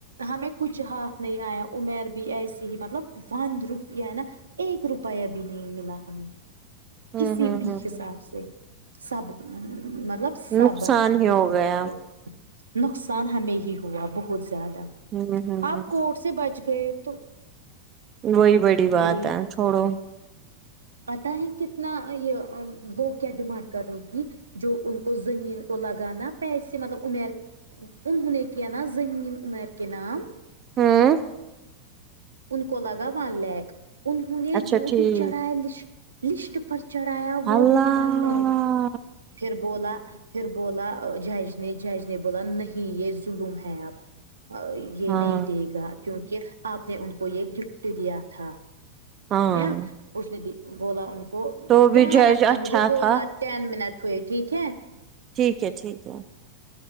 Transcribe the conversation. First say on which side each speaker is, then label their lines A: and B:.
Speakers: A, on the right; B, on the right.
A: ہمیں کچھ ہاتھ نہیں آیا امیر بھی ایسی ہی مطلب ون روپیا ہے نا ایک روپیہ بھی نہیں ملا ہمیں
B: ہوں
A: کسی
B: ہوں
A: بھی
B: ہ
A: حساب
B: ہ
A: سے سب مطلب <unintelligible> سابرمہ
B: نقصان ہی ہو
A: مندر
B: گیا
A: ہوا نقصان ہمیں ہی ہوا بہت زیادہ
B: ہ ہ
A: آپ
B: ہ
A: کوٹ سے بچ گئے تو
B: وہی بڑی بات
A: یہی
B: ہے چھوڑو
A: پتا ہے کتنا یہ وہ کیا ڈیمانڈ کر رہے ہیں کی جو ان کو زمین کو لگانا پیسے مطلب امیر انہوں نے کیا نا زمین عمیر کے نام
B: ہاں
A: ان کو لگا ون لیک انہوں نے
B: اچھا
A: وہ
B: ٹھیک
A: بھی چڑھایا لس لسٹ پر چڑھایا وہ
B: اللہ
A: بھی ون لییک پھر بولا پھر بولا جج نے جج نے بولا نہیں یہ ظلم ہے اب یہ
B: ہاں
A: نہیں دے گا کیونکہ آپ نے ان کو یہ گفٹ دیا تھا
B: ہاں
A: کیا اس نے بولا ان کو
B: تو
A: دھیان
B: بھی جج
A: رکھنا
B: اچھا
A: مجھے بولنا
B: تھا
A: ٹین منٹ ہوئے ٹھیک ہے
B: ٹھیک ہے ٹھیک ہے